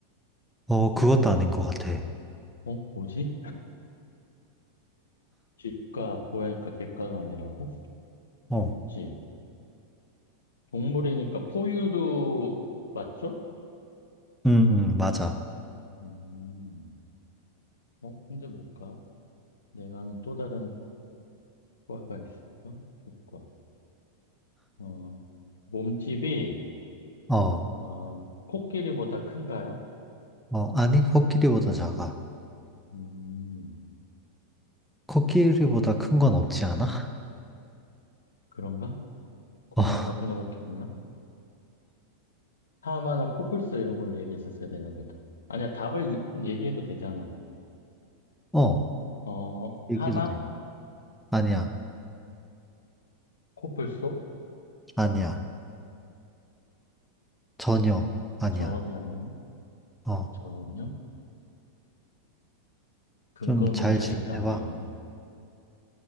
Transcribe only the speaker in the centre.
어, 그것도 아닌 것 같아.
어,
응, 응, 맞아.
어,
어, 아니, 코끼리보다 작아.
코끼리보다 큰 건 없지 않아?
<laughs>
어, 어,
얘기해도
돼. 아니야,
아니야. 전혀, 아니야.
어,
좀
잘
질문해봐.